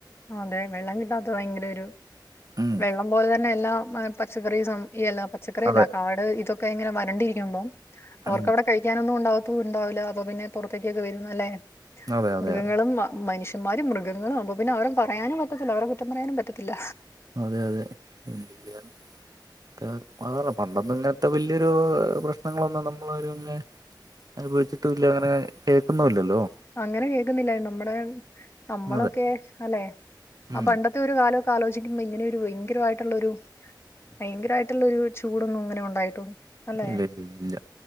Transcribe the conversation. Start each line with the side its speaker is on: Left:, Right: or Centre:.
Left: അതെ. വെള്ളം കിട്ടാത്ത ഭയങ്കര ഒരു
Right: ഉം
Left: വെള്ളം പോലെ തന്നെ എല്ലാം അ പച്ചക്കറി സം എല പച്ചക്കറി
Right: അതെ
Left: അല്ലാട്ടാ ആടെ ഇതൊക്കെ ഇങ്ങനെ വരണ്ടിരിക്കുമ്പോ അവർക്ക്
Right: ഉം
Left: അവടെ കഴിക്കാനൊന്നും ഉണ്ടാവത്തു ണ്ടാവില്ല. അപ്പൊ പിന്നെ പൊറത്തേക്കൊക്കെ വരുന്നു അല്ലേ.
Right: അതെ
Left: മൃഗങ്ങളും
Right: അതെ അതെ
Left: മ മനുഷ്യ മാരും മൃഗങ്ങളും അപ്പോ പിന്നെ അവരെ പറയാനും പറ്റത്തില്ല. അവരെ കുറ്റം പറയാനും പറ്റത്തില്ല.
Right: അതെ അതെ എന്തയ്യാ
Left: <inaudible>
Right: ത് അത്പറ പണ്ടെത്തെ ഇങ്ങനത്തെ വലിയൊരു പ്രശ്നങ്ങളൊന്നും നമ്മൾ ആരും ഇങ്ങനെ അനുഭവിച്ചിട്ടൂല്ല അങ്ങനെ കേക്കുന്നൂല്ലല്ലോ
Left: അങ്ങനെ കേക്കുന്നില്ല നമ്മുടെ നമ്മളൊക്കെ
Right: അതെ
Left: അല്ലെ ആ
Right: ഉം
Left: പണ്ട ത്ത ഒരു കാലമൊക്കെ ആലോചിക്കുമ്പോ ഇങ്ങനെ ഒരു ഭയങ്കരമായിട്ടുള്ള ഒരു ഭയങ്കരമായിട്ടുള്ളൊരു ചൂടൊന്നും ഇങ്ങനെ ഉണ്ടായിട്ടൊന്നൂല്ല. അല്ലെ
Right: ഇല്ല ഇല്ല ഇല്ല